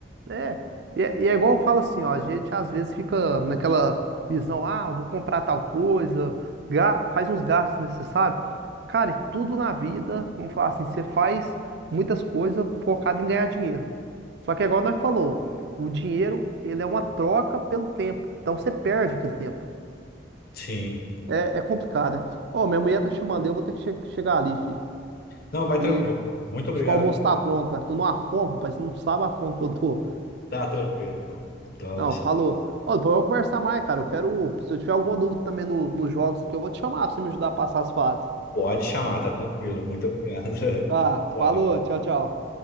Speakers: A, on the right (about 60°); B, on the left (about 55°).
A: É, e é, e é igual eu falo assim, ó, a gente às vezes fica naquela visão, ah, eu vou comprar tal coisa, ga- faz uns gastos necessários. Cara, e tudo na vida, vamos falar assim, você faz muitas coisas focado em ganhar dinheiro. Só que é igual nós falou, o dinheiro, ele é uma troca pelo tempo, então você perde aquele tempo.
B: Sim.
A: é, é complicado, né? Ó, minha mulher tá chamando, eu vou ter que che- chegar ali,
B: Não, vai
A: filho.
B: tranquilo, pô. Muito obrigado
A: Acho que o almoço
B: pelo
A: tá
B: papo.
A: pronto, cara. Tô numa fome, rapaz. Você não sabe a fome que eu tô.
B: Tá tranquilo, pô. Não,
A: Não,
B: deixa
A: falou.
B: quieto.
A: Ô, depois vamos conversar mais, cara. Eu quero. Se eu tiver alguma dúvida também no, nos jogos aqui, eu vou te chamar pra você me ajudar a passar as fases.
B: Pode chamar, tá tranquilo. Muito obrigado.
A: <laughs> tá.
B: <laughs> Tchau.
A: Falou. Tchau, tchau.